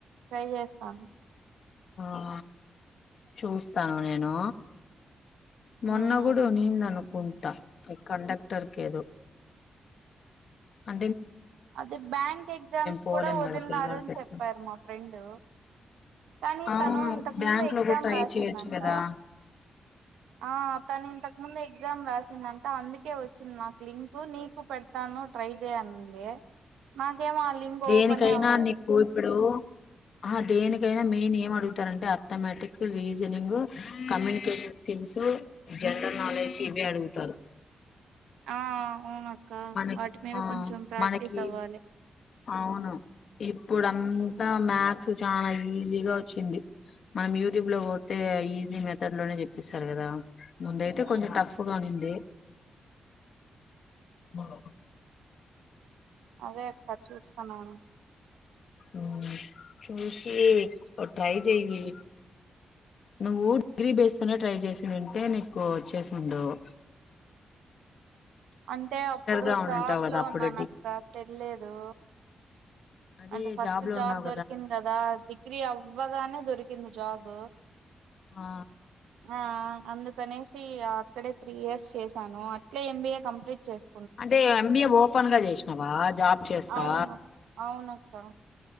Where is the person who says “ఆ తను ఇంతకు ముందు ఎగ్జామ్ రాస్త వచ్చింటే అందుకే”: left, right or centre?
Right